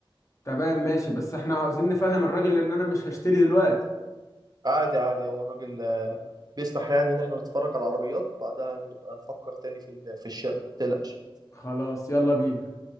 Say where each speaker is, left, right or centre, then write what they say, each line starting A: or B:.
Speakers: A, on the left; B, on the right.
A: تمام ماشي بس إحنا عاوزين نفهم الراجل إن أنا مش هشتري دلوقتي
B: عادي عادي هو الراجل آه، بيسمح يعني إن احنا نتفرج على العربيات بعدها نبقى نفكر تاني في ال- في الشراء متقلقش
A: خلاص يلا بينا